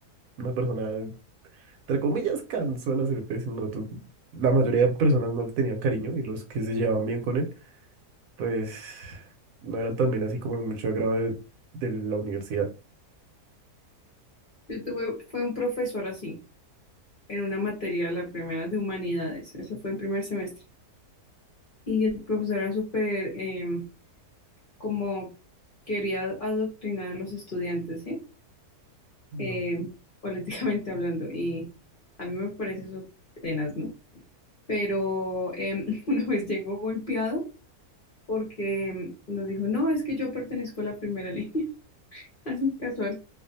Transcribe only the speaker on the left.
Yo tuve, fue un profesor así, en una materia, la primera de humanidades, ese fue el primer semestre, y el profesor era súper em, como quería adoctrinar a los estudiantes, ¿sí?
Em, <laughs> políticamente hablando, y a mí me parece eso tenaz, ¿no? pero em, <laughs> una vez llegó golpeado porque em, nos dijo, no, es que yo pertenezco a la primera línea, <laughs> así casual.